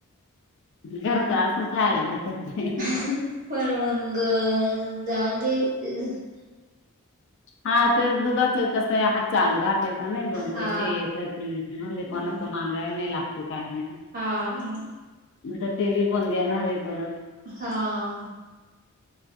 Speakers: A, on the left (about 55°); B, on the right (about 40°).
A: घरचं असून खायला भेटत नाही.
B: <unintelligible>
A: हा ते दुधाच कसं, हात चालू राहते नाही दोन
B: हा
A: पैसे येत राते, म्हणजे
B: हम्म
A: कोणाच मागायला नाही लागते काही नाही.
B: हा मंग.
A: आता तेलेपण देणार आहे परत.
B: हां.